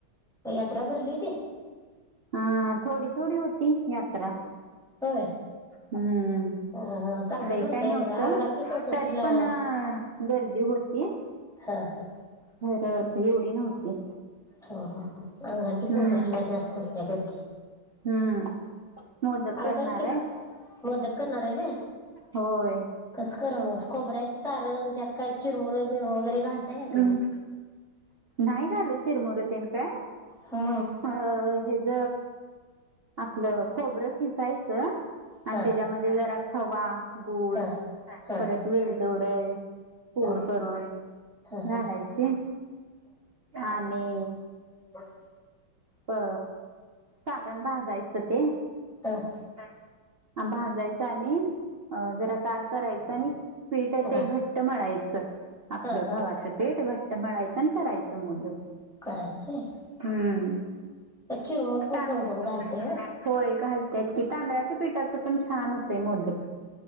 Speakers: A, in the centre; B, on the right (about 50°).
A: यात्रा भरली होती?
B: हा, थोडी- थोडी होती, यात्रा.
A: होय.
B: हम्म.
A: हं हं चांगली
B: लई
A: भरते
B: काय नव्हत.
A: यात्रा अंगारकी संकष्टीला
B: तरी पण गर्दी होती.
A: हा, हा.
B: <unintelligible> एवढी नव्हती.
A: हा, हा, हा. अंगारकी- संकष्टीला
B: हम्म
A: जास्त असत्या गर्दी.
B: हम्म. मोदक करणार
A: अंगारकीस,
B: आहे
A: मोदक करणारय होय?
B: होय.
A: कस करण मग. खोबऱ्याच सारण, त्यात काय चिरमुरे बिरमू वगैरे, घालताय काय तुम्ही?
B: हम्म. नाही घालत, चिरमुरे ते न काय.
A: हो.
B: अ हेज, आपल खोबर खिसायच, अन्
A: हा
B: त्याच्यामध्ये जरा खवा गुळ,
A: हा हा
B: परत वेलदोडे पूड
A: हा
B: करून
A: हा हा
B: घालायची. आणि
A: बस.
B: प अ सारण भाजायच ते.
A: ह.
B: <unintelligible> भाजायच. आणि अ जरा गार करायच. आणि पीठ ते
A: गा
B: घट मळायच. आपल
A: हा हा
B: गव्हाच पीठ, घट्ट मळायच आणि करायच मोदक.
A: करायच होय.
B: हम्म
A: त्यात चिरमुर पण
B: तां
A: कोण- कोण घालतय व.
B: होय, घालत्यात की. तांदळाच्या पीठाच पण छान होतय मोदक.